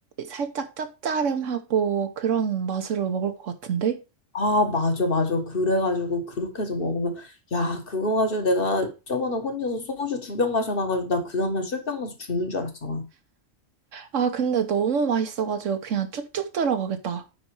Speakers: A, on the right (about 80°); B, on the left (about 45°).
A: 살짝 짭짜름하고 그런 맛으로 먹을 것 같은데?
B: 아, 맞아, 맞아. 그래가지고, 그렇게 해서 먹으면, 야, 그거 가지고 내가 저번에 혼자서 소주 두 병 마셔놔가지고, 나 그 다음날 술병 나서 죽는 줄 알았잖아.
A: 아, 근데 너무 맛있어가지고 그냥 쭉쭉 들어가겠다.